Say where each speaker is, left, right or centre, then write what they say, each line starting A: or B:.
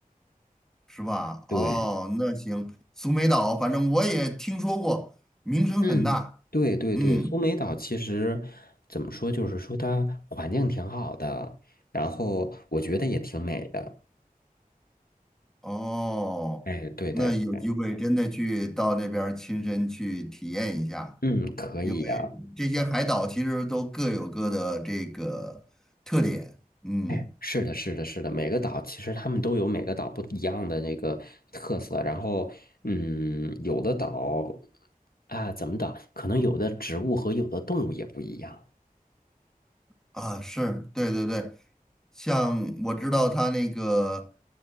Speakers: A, in the centre; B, on the left.
A: 是吧？
B: 对，
A: 哦，那行，苏梅岛，反正我也听说过，名声很大。
B: 嗯，对对对，
A: 嗯，
B: 苏梅岛其实怎么说，就是说它环境挺好的，然后我觉得也挺美的。
A: 哦，
B: 哎，对对，
A: 那有机会真的去到那边儿亲身去体验一下，
B: 对嗯，可以呀。
A: 因为这些海岛其实都各有各的这个特点。嗯。
B: 哎，是的，是的，是的，每个岛其实他们都有每个岛不一样的那个特色，然后，嗯，有的岛啊，怎么岛，可能有的植物和有的动物也不一样。
A: 啊，是对对对，像我知道他那个，